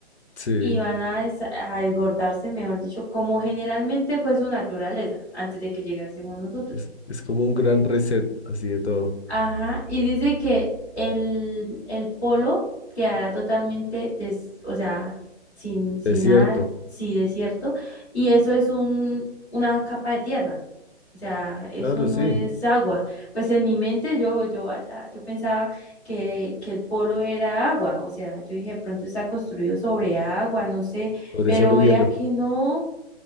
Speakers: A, on the left; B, in the centre.
A: Sí,
B: y van a, des- a desbordarse, mejor dicho, como generalmente fue su naturaleza antes de que llegásemos nosotros.
A: es, es como un gran reset, así de todo.
B: Ajá, y dice que el, el polo quedará totalmente, des- o sea, sin, sin
A: Desierto,
B: nada, sí, desierto, y eso es un, una capa de tierra, o sea, eso
A: claro,
B: no
A: sí,
B: es agua. Pues en mi mente yo, yo, allá- yo pensaba que, que el polo era agua, o sea, yo dije, de pronto está construido sobre agua, no sé,
A: sobre
B: pero
A: solo
B: vea
A: hielo.
B: que no.